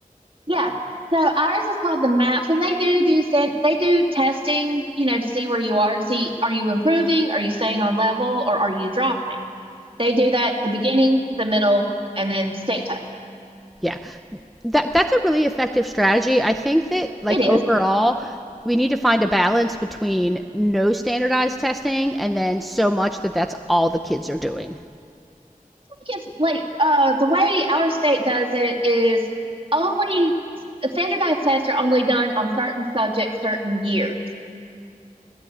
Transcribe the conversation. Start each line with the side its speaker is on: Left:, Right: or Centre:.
Right: Yeah. So ours is called the MAPS, and they do do stan- they do testing, you know, to see where you are, to see are you improving, are you staying on level, or are you dropping. They do that at the beginning, the middle, and then state test.
Centre: Yeah. That that's a really effective strategy. I think that like
Right: It is.
Centre: overall we need to find a balance between no standardized testing and then so much that that's all the kids are doing.
Right: think it's like uh the way our state does it is only standardized tests are only done on certain subjects, certain years.